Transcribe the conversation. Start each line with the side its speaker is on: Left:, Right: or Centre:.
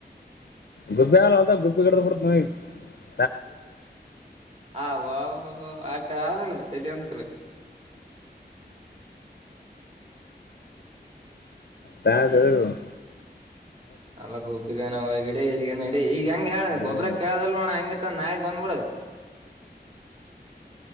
Left: ಗುಬ್ಬಿ ಆಲ್ಲ ಅದ ಗುಬ್ಬಿ ಗಿಡ್ದ ಬಿಡ ನ
Right: ಆ -ಆಟ ಆದಲ್ಲ ಚಲ ಅಂತ <inaudible>
Left: ಬದು
Right: ಹ್ಮ್
Left: <unintelligible>
Right: ಅಲ್ಲ ಗೋಪಿಗನ ಹಗಿಡಿಗಡಿ ಈಗ ಹೆಂಗ ಹೇಳ
Left: ಹ್ಮ್
Right: ಗೊಬ್ರ ಕೇಳದ ನೋಡ ಹೆಂಗತ್ತ ನಾಯಳಗ್ ಬಂದ್ಬಿಡ <inaudible>